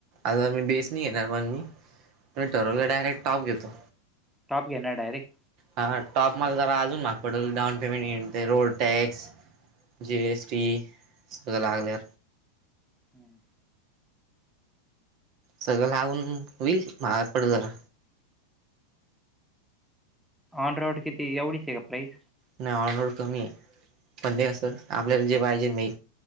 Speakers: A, on the right (about 40°); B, in the centre.
A: आता मी बेस नाही येणार पण मी त ठरवलेला डयेट टॉप घेतो.
B: स्टॉप घेणार डारेक्ट
A: हा टॉप मला जरा अजून माग पडेल डाऊन पेमेंट येन ते रोड टॅक्स जे एस टी स लागले.
B: हम्
A: सगळं लागून होईल मगात पडेल जरा.
B: ऑन रॉड किती एवढीच आहे का प्राइस.
A: नाही ऑनरोड कमी आहे पण ते असं आपल्याला जे पाहिजे नाही.